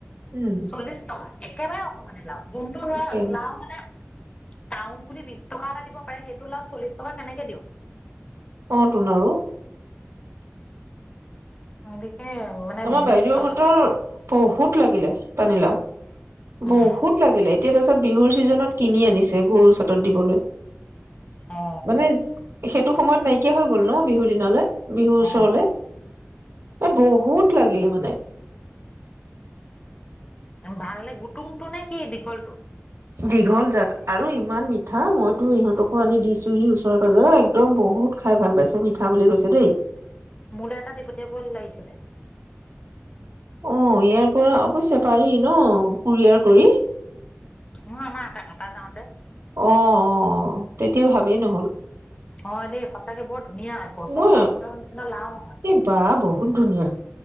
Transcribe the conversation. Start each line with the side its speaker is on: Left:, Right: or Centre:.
Right: উম
Left: চল্লিশ টকা একোৰে অক মানি লাও যোনটোৰ ধৰা
Right: তাকে
Left: লাও মানে টাউন বুলি বিশ টকা এটা দিব পাৰে সেইটো ওলাও চল্লিশ টকা কেনেকে দিওঁ
Right: অটুন আৰু
Left: অ' দে এশসে এ মানে
Right: আমাৰ
Left: বিশ
Right: বাইদেউহঁতৰ
Left: টকা
Right: বহুত লাগিলে পানী লাও
Left: উম
Right: বহুত লাগিলে এতিয়া তাৰ পিছত বিহুৰ ছিজনত কিনি আনিছে গৰু চাটত দিবলৈ
Left: অ
Right: মানে সেইটো সময়ত নাইকিয়া হৈ গ'ল ন বিহুৰ দিনালৈ বিহুৰ ওচৰলে
Left: অ
Right: এ বহুত লাগিলে মানে
Left: ভাল ন গুটুমটো নে কি দীঘলটো
Right: দীঘল জাত আৰু ইমান মিঠা মইতো ইহঁতকো আনি দিছোহি ওচৰ পাজৰেৰ একদম বহুত খাই ভাল পাইছে মিঠা বুলি কৈছে দেই
Left: মোলৈ এটা দি পঠিয়াব ও লাগিছিলে
Right: অ ইয়াৰ পৰা অৱ্যশে পাৰি ন কুৰিয়াৰ কৰি
Left: নহয় আমাৰ এটা এটা যাওঁতে
Right: অ অ তেতিয়া ভাবেই নহ'ল
Left: অ দেই সঁচা চাগে বহুত ধুনীয়া গছৰ
Right: মই
Left: লাও বোৰে নিচিনা লাও নহয়
Right: এই বা বহুত ধুনীয়া